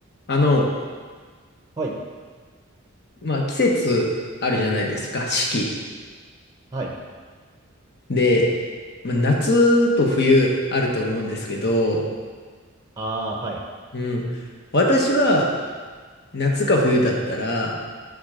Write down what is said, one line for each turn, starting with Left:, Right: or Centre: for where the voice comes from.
Left: あの、
Right: はい。
Left: まあ、季節あるじゃないですか、四季。
Right: はい。
Left: で、まあ、夏と冬あると思うんですけど、
Right: ああ、はい。
Left: うん。私は夏か冬だったら、